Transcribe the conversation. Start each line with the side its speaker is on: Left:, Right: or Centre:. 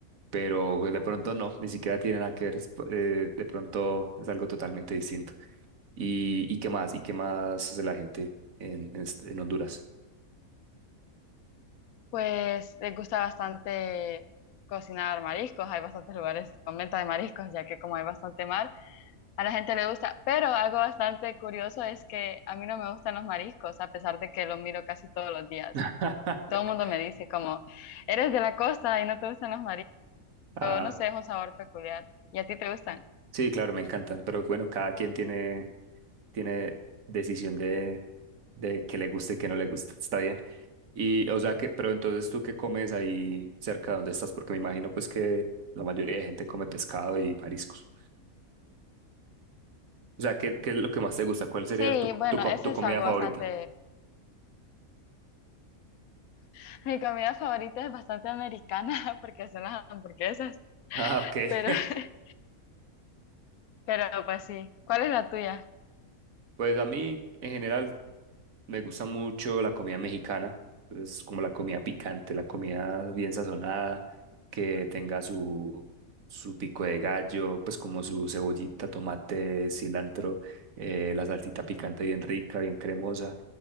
Right: Pero pues, de pronto no, ni siquiera tiene nada que ver, es, eh, de pronto es algo totalmente distinto. ¿Y, y qué más? ¿Y qué más hace la gente en, en este- en Honduras?
Left: Pues les gusta bastante cocinar mariscos, hay bastantes lugares con venta de mariscos, ya que como hay bastante mar, a la gente le gusta, pero algo bastante curioso es que a mí no me gustan los mariscos, a pesar de que los miro casi todos los días.
Right: <laughs>
Left: Todo el mundo me dice como, eres de la costa y no te gustan los
Right: Ah,
Left: no sé, es un sabor peculiar. ¿Y a ti te gustan?
Right: sí, claro, me encantan, pero bueno, cada quien tiene. tiene decisión de, de que le guste y que no le gusta Está bien. Y, o sea que, pero entonces tú qué comes ahí cerca de donde estás, porque me imagino pues que la mayoría de gente come pescado y mariscos. O sea, ¿qué, qué es lo que más te gusta? ¿Cuál sería
Left: Sí,
Right: tu,
Left: bueno,
Right: tu, co-
Left: eso
Right: tu
Left: es
Right: comida
Left: algo
Right: favorita?
Left: bastante...
Right: <laughs>
Left: <laughs> Mi comida favorita es bastante americana <laughs> porque son las hamburguesas,
Right: Ah, ok.
Left: pero,
Right: <laughs>
Left: <laughs> pero pues sí. ¿Cuál es la tuya?
Right: Pues a mí, en general, Me gusta mucho la comida mexicana, es como la comida picante, la comida bien sazonada, que tenga su, su pico de gallo, pues como su cebollita, tomate, cilantro, eh, la salsita picante bien rica, bien cremosa.